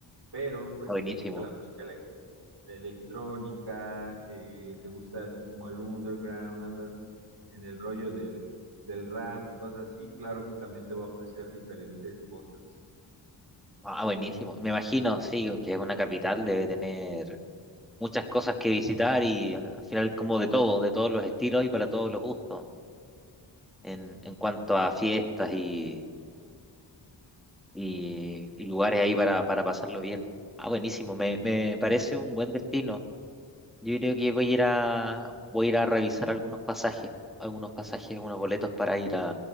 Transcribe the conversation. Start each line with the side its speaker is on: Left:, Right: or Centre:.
Right: Pero, pues,
Centre: Ah, buenísimo.
Right: si te gusta la música electrónica, eh, te gusta así como el underground, andas en el rollo del, del rap y cosas así, claro que también te va a ofrecer diferentes cosas.
Centre: Ah, ah, buenísimo. Me imagino, sí, que es una capital, debe tener muchas cosas que visitar y al al final como de todo, de todos los estilos y para todos los gustos, en, en cuanto a fiestas y, y- y lugares ahí para, para pasarlo bien. Ah, buenísimo. Me, me parece un buen destino. Yo creo que voy a ir a, voy a ir a revisar algunos pasajes, algunos pasajes, unos boletos para ir